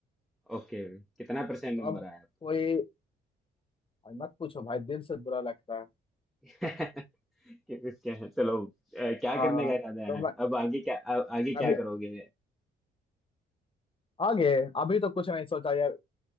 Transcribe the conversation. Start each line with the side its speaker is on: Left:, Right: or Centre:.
Centre: ओके कितना परसेंट
Left: तो
Centre: नंबर
Left: अब
Centre: आया आपका
Left: कोई भाई मत पूछो भाई दिल से बुरा लगता है
Centre: <laughs> क्या क्या है चलो अ, क्या
Left: हाँ
Centre: करने का इरादा
Left: तो
Centre: है
Left: मैं
Centre: अब आगे क्या आ, आगे
Left: अभी
Centre: क्या करोगे
Left: आगे अभी तो कुछ नहीं सोचा यार